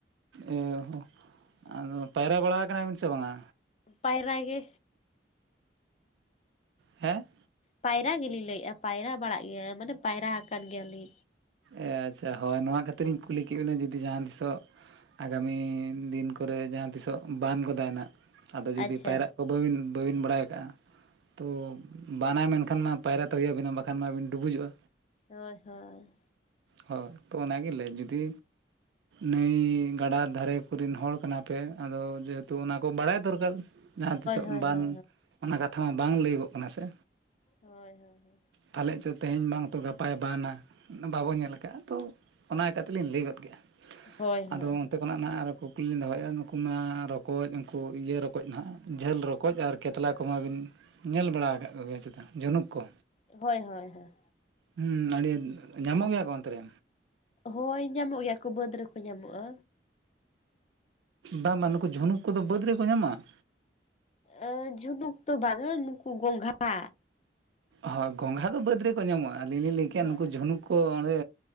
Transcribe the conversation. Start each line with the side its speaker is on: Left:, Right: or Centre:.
Right: ᱚ ᱦᱚᱸ,
Left: ᱦᱳᱭ
Right: ᱟᱫᱚ ᱯᱟᱭᱨᱟ ᱵᱟᱲᱟ ᱠᱟᱱᱟᱵᱤᱱ ᱥᱮ ᱵᱟᱝᱟ?
Left: ᱯᱟᱭᱨᱟ ᱜᱮ᱾
Right: ᱦᱮᱸ
Left: ᱯᱟᱭᱨᱟ ᱜᱮᱞᱤᱧ ᱞᱟᱹᱭᱮᱫᱼᱟ ᱯᱟᱭᱨᱟ ᱵᱟᱲᱟᱜ ᱜᱮᱭᱟ ᱢᱟᱱᱮ ᱯᱟᱭᱨᱟ ᱟᱠᱟᱱ ᱜᱮᱭᱟᱞᱤᱧ᱾
Right: ᱮ ᱟᱪᱪᱷᱟ ᱦᱳᱭ ᱱᱚᱣᱟ ᱠᱷᱟᱹᱛᱤᱨ
Left: ᱦᱳᱭ
Right: ᱤᱧ ᱠᱩᱞᱤ ᱠᱤ ᱤᱱᱟᱹ ᱡᱩᱫᱤ ᱡᱟᱸᱦᱟ ᱛᱤᱥᱚᱜ ᱟᱜᱟᱢᱤ ᱫᱤᱱ ᱠᱚᱨᱮ ᱡᱟᱸᱦᱟ ᱛᱤᱥᱚᱜ ᱵᱟᱱ ᱜᱚᱫᱟᱭ ᱱᱟᱜᱷ ᱟᱫᱚ ᱡᱩᱫᱤ
Left: ᱟᱪᱪᱷᱟ
Right: ᱯᱟᱭᱨᱟᱜ ᱠᱚ ᱵᱟᱹᱵᱤᱱ ᱵᱟᱹᱵᱤᱱ ᱵᱟᱲᱟᱭ ᱠᱟᱜᱼᱟ᱾ ᱛᱚ ᱵᱟᱱᱟᱭ ᱢᱮᱱᱠᱷᱟᱱ ᱢᱟ ᱯᱟᱭᱨᱟ ᱛᱚ ᱦᱩᱭ ᱟᱵᱤᱱᱟ ᱵᱟᱠᱷᱟᱱ ᱢᱟ ᱟᱹᱵᱤᱱ ᱰᱩᱵᱩᱡᱚᱜᱼᱟ᱾
Left: ᱦᱳᱭ ᱦᱳᱭ᱾
Right: ᱦᱳᱭ, ᱛᱚ ᱚᱱᱟ ᱜᱮ ᱞᱟᱹᱭ ᱡᱩᱫᱤ ᱱᱟᱹᱭ ᱜᱟᱰᱟ ᱫᱷᱟᱨᱮ ᱠᱚᱨᱮᱱ ᱦᱚᱲ ᱠᱟᱱᱟ ᱯᱮ ᱟᱫᱚ ᱡᱮᱦᱮᱛᱩ ᱚᱱᱟᱠᱚ ᱵᱟᱲᱟᱭ ᱫᱚᱨᱠᱟᱨ᱾ ᱡᱟᱸᱦᱟ ᱛᱤᱥᱚᱜ
Left: ᱦᱳᱭ
Right: ᱵᱟᱱ
Left: ᱦᱳᱭ ᱦᱳᱭ
Right: ᱚᱱᱟ ᱠᱟᱛᱷᱟ ᱢᱟ ᱵᱟᱝ ᱞᱟᱹᱭᱟᱹᱜᱚᱜ ᱠᱟᱱᱟ ᱥᱮ᱾
Left: ᱦᱳᱭ ᱦᱳᱭ ᱦᱳᱭ᱾
Right: ᱯᱟᱞᱮᱫ ᱪᱚ ᱛᱮᱸᱦᱮᱧ ᱵᱟᱝ ᱛᱚ ᱜᱟᱯᱟᱭ ᱵᱟᱱᱟ ᱵᱟᱵᱚᱱ ᱧᱮᱞ ᱛᱚ ᱚᱱᱟ ᱞᱮᱠᱟᱛᱤᱞᱤᱧ ᱞᱟᱹᱭ ᱜᱚᱫ ᱠᱮᱜᱼᱟ,
Left: ᱦᱳᱭ ᱦᱳᱭ
Right: ᱟᱫᱚ ᱚᱱᱛᱮ ᱚᱱᱟ ᱱᱟᱜᱷ ᱟᱨᱚ ᱠᱩᱠᱞᱤ ᱞᱤᱧ ᱫᱚᱦᱚᱭᱮᱫᱟ, ᱱᱩᱠᱩ ᱢᱟ ᱨᱚᱠᱚᱡ ᱩᱱᱩᱠᱩ ᱤᱭᱟᱹ ᱨᱚᱠᱚᱡᱽ ᱱᱟᱜᱷ ᱡᱷᱟᱹᱞ ᱨᱚᱠᱚᱡᱽ, ᱟᱨ ᱠᱮᱛᱞᱟ ᱠᱚᱢᱟ ᱵᱤᱱ ᱧᱮᱞ ᱵᱟᱲᱟ ᱟᱠᱟᱫ ᱠᱚᱜᱮᱭᱟ ᱪᱮᱛᱟ, ᱡᱷᱚᱱᱩᱠ ᱠᱚ᱾
Left: ᱦᱳᱭ ᱦᱳᱭ ᱦᱳᱭ᱾
Right: ᱦᱩᱸ ᱟᱹᱰᱤ ᱧᱟᱢᱚᱜ ᱜᱮᱭᱟ ᱠᱚ ᱚᱱᱛᱮ ᱨᱮ᱾
Left: ᱦᱳᱭ ᱧᱟᱢᱚᱜ ᱜᱮᱭᱟ ᱠᱚ ᱵᱟᱹᱫᱽ ᱨᱮᱠᱚ ᱧᱟᱢᱚᱜᱼᱟ᱾
Right: ᱵᱟᱝ ᱵᱟᱝ ᱱᱩᱠᱩ ᱡᱷᱚᱱᱩᱠ ᱠᱚᱫᱚ ᱵᱟᱹᱫᱽ ᱨᱮᱠᱚ ᱧᱟᱢᱚᱜᱼᱟ᱾
Left: ᱟ ᱡᱷᱩᱱᱩᱠ ᱫᱚ ᱵᱟᱝᱼᱟ ᱱᱩᱠᱩ ᱜᱚᱝᱜᱷᱟ᱾
Right: ᱦᱳᱭ ᱜᱚᱝᱜᱷᱟ ᱫᱚ ᱵᱟᱹᱫᱽ ᱨᱮᱠᱚ ᱧᱟᱢᱚᱜᱼᱟ ᱟᱹᱞᱤᱧ ᱞᱤᱧ ᱞᱟᱹᱭ ᱠᱮᱜᱼᱟ
Left: ᱦᱳᱭ
Right: ᱱᱩᱠᱩ ᱡᱷᱚᱱᱩᱠ ᱚ ᱚᱸᱰᱮ